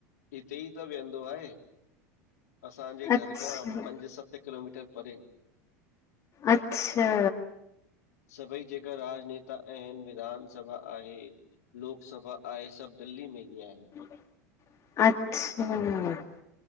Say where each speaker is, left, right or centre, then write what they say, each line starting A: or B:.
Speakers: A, on the left; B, on the left.
A: हिते ई त विहंदो आहे। असांजे
B: अच्छा
A: घर खां पंज-सत, किलोमीटर परे।
B: अच्छा।
A: सभई जेका राजनेता आहिनि, विधान सभा आहे। लोक सभा आहे। सभु दिल्ली में ई आ आहे।
B: अच्छा।